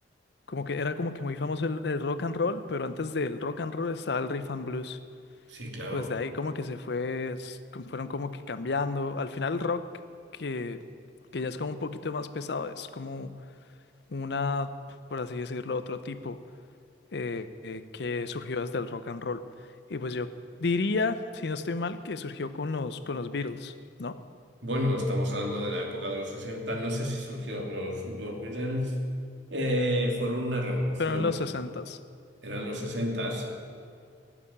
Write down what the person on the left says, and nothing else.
como que era como que muy famoso el, el rock and roll, pero antes del rock and roll estaba el riff and blues.
Y pues de ahí como que se fue, s- como fueron como que cambiando. Al final el rock, que, que ya es como un poquito más pesado, es como una, por así decirlo, otro tipo eh, eh, que surgió desde el rock and roll. Y pues yo diría, si no estoy mal, que surgió con los, con los Beatles, ¿no?
Pero en los sesentas